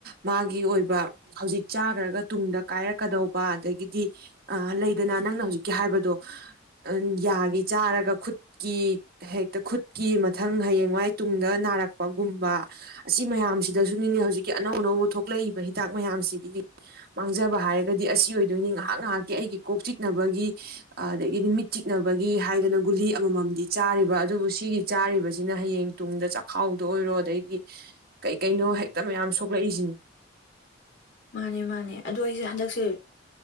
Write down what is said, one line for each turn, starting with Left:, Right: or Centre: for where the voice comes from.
Right: ꯃꯥꯒꯤ ꯑꯣꯏꯕ ꯍꯧꯖꯤꯛ ꯆꯥꯈ꯭ꯔꯒ ꯇꯨꯡꯗ ꯀꯥꯏꯔꯛꯀꯗꯧꯕ ꯑ ꯒꯤꯗꯤ ꯑ ꯂꯩꯗꯅ ꯅꯪꯅ ꯍꯧꯖꯤꯛꯀꯤ ꯍꯥꯏꯕꯗꯣ ꯌꯥꯒꯤ ꯆꯥꯔꯒ ꯈꯨꯠꯀꯤ ꯍꯦꯛꯇ ꯈꯨꯠꯀꯤ ꯃꯊꯪ ꯍꯌꯦꯡꯋꯥꯏ ꯇꯨꯡꯗ ꯅꯥꯔꯛꯄꯒꯨꯝꯕ ꯑꯁꯤ ꯃꯌꯥꯝꯁꯤꯗꯁꯨꯅꯤꯅꯦ ꯍꯧꯖꯤꯛꯀꯤ ꯑꯅꯧ ꯑꯅꯧꯕ ꯊꯣꯛꯂꯛꯏꯕ ꯍꯤꯗꯥꯛ ꯃꯌꯥꯝꯁꯤꯒꯤ ꯃꯥꯡꯖꯕ ꯍꯥꯏꯔꯒꯗꯤ ꯑꯁꯤ ꯑꯣꯏ ꯑꯗꯨꯏꯅꯤ ꯉꯥꯏꯍꯥꯛ ꯉꯥꯏꯍꯥꯛꯀꯤ ꯑꯩꯒꯤ ꯀꯣꯛ ꯆꯤꯛꯅꯕꯒꯤ ꯑꯗꯒꯤꯗꯤ ꯃꯤꯠ ꯆꯤꯛꯅꯕꯒꯤ ꯍꯥꯏꯗꯅ ꯒꯨꯂꯤ ꯑꯃꯃꯝꯗꯤ ꯆꯥꯔꯤꯕ ꯑꯗꯨꯕꯨ ꯁꯤꯒꯤ ꯆꯥꯔꯤꯕꯁꯤꯅ ꯍꯌꯦꯡ ꯇꯨꯡꯗ ꯆꯥꯛꯈꯥꯎꯗ ꯑꯣꯏꯔꯣ ꯑꯗꯩꯗꯤ ꯀꯩ ꯀꯩꯅꯣ ꯍꯦꯛꯇ ꯃꯌꯥꯝ ꯁꯣꯛꯂꯛꯏꯁꯤꯅꯤ
Left: ꯃꯥꯅꯦ ꯃꯥꯅꯦ ꯑꯗꯣ ꯑꯩꯁꯦ ꯍꯟꯗꯛꯁꯦ